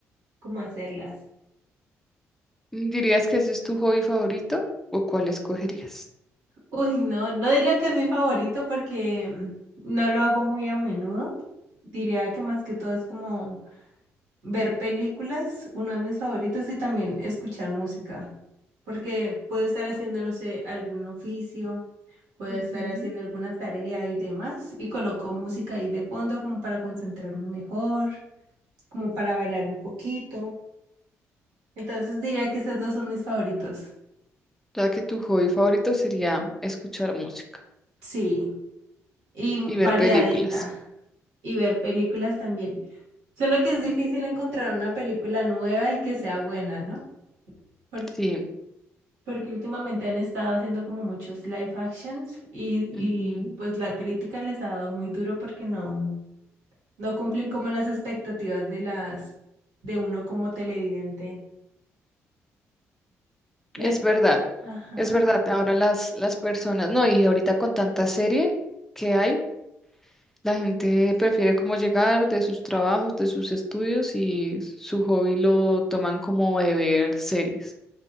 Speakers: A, on the right; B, in the centre.
A: como hacerlas.
B: ¿Dirías que ese es tu hobby favorito o cuál escogerías?
A: Uy, no, no diría que es mi favorito porque mm, no lo hago muy a menudo. Diría que más que todo es como ver películas, uno de mis favoritos, y también escuchar música. Porque puedo estar haciendo, no sé, algún oficio, puedo
B: Ujú.
A: estar haciendo alguna tarea y demás, y coloco música ahí de fondo como para concentrarme mejor, como para bailar un poquito. Entonces diría que esos dos son mis favoritos.
B: Ya que tu hobby favorito sería escuchar música
A: Sí. y
B: y
A: variadita
B: ver películas.
A: y ver películas también. Solo que es difícil encontrar una película nueva y que sea buena, ¿no? Por-
B: Sí.
A: porque últimamente han estado haciendo como muchos live actions y, y
B: Ujú.
A: pues la crítica les ha dado muy duro porque no, no cumplen como las expectativas de las de uno como televidente. Y
B: Es
A: a-
B: verdad,
A: ajá,
B: es verdad. Ahora las, las personas, no, y ahorita con tanta serie que hay, la gente prefiere como llegar de sus trabajos, de sus estudios y su hobby lo toman como de ver series.